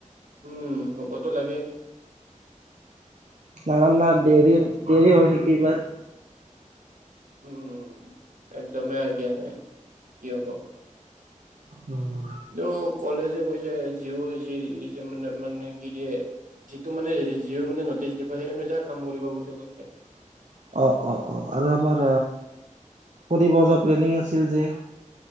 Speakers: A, on the right; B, on the right.
A: উম হ'বতো লাগে।
B: ন নান না দেৰি দেৰি হয় নেকি এইবাৰ
A: উম একদমেই আইডিয়া নাই কি হ'ব
B: উম
A: এই কলেজে কৈছে যি যি মানে মানে কি দিয়ে। যিটো মানে যিও মানে নটিচ দিব সেই অনুযায়ে কাম কৰিব বুলি কৈছে।
B: অ অ অ আৰু আমাৰ ফুৰিব যোৱা প্লেনিং আছিল যে-